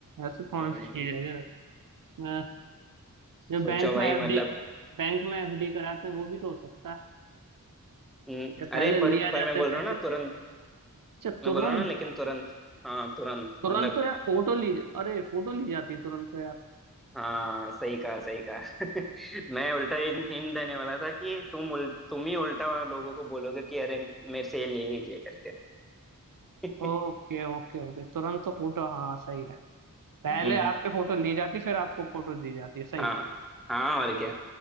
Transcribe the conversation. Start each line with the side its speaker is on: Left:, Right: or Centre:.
Right: ऐसी कौन
Centre: हम्म,
Right: सी चीज है जो मैं जो
Centre: सोचो
Right: बैंक में
Centre: भाई
Right: एफडी
Centre: मतलब
Right: बैंक में एफडी कराते हैं वो भी तो हो सकता है
Centre: हम्म,
Right: या पहले
Centre: अरे पर
Right: लिया
Centre: पर
Right: जाता
Centre: मैं बोल
Right: है
Centre: रहा
Right: पैसे
Centre: हूँ ना तुरंत
Right: अच्छा
Centre: मैं
Right: तुरंत
Centre: बोला ना लेकिन तुरंत हाँ तुरंत
Right: तुरंत
Centre: मतलब
Right: तो यार फोटो ली अरे फोटो ली जाती है तुरंत तो यार
Centre: हाँ सही कहा सही कहा <laughs> मैं उल्टा हिंट देने वाला था कि तुम उल, तुम ही उल्टा लोगों को बोलोगे कि अरे मेरे से ये ले लीजिए करके <laughs>
Right: ओके ओके ओके तुरंत तो फोटो हाँ सही है पहले
Centre: हम्म
Right: आपके फोटो ली जाती फिर आपको फोटो दी जाती है सही
Centre: हाँ
Right: है
Centre: हाँ और क्या